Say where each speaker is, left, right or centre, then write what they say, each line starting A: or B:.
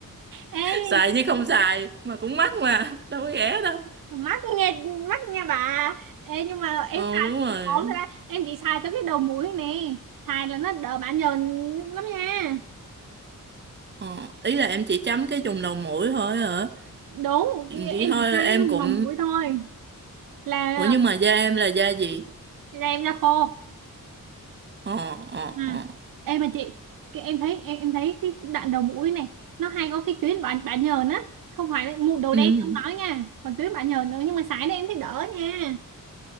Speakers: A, on the right (about 70°); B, on the right (about 30°).
A: ê
B: <laughs> Xài chứ không xài. Mà cũng mắc mà. Đâu có rẻ đâu.
A: mắc nghe mắc nha bà ê nhưng mà em
B: Ờ
A: xài
B: đúng rồi.
A: cũng ổn rồi đó em chỉ xài cho cái đầu mũi nè xài là nó đỡ bã nhờn lắm nha
B: Ờ, ý là em chỉ chấm cái vùng đầu mũi thôi hả?
A: đúng cái- em
B: Vậy thôi
A: chỉ xài
B: em
A: cái
B: cũng...
A: đầu mũi thôi là
B: Ủa nhưng mà da em là da gì?
A: da em ra khô
B: Ờ, ờ,
A: Ừ.
B: ờ.
A: Em mà chị cái em thấy em em thấy cái đoạn đầu mũi này nó hay có cái tuyến bã bã nhờn á không phải là mụn đầu
B: Ừ,
A: đen không nói nha còn tuyến bã nhờn nữa nhưng mà sải này em thấy đỡ nha